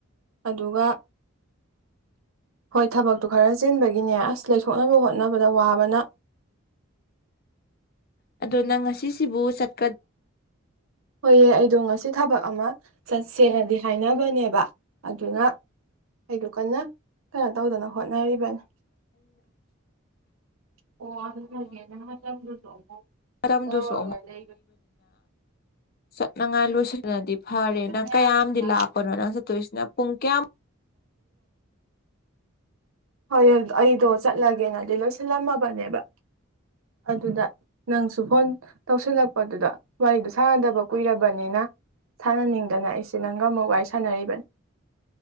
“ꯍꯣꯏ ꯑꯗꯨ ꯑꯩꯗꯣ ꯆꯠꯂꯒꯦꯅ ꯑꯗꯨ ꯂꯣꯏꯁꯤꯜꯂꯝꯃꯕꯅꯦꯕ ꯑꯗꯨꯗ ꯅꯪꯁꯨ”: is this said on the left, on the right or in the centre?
Right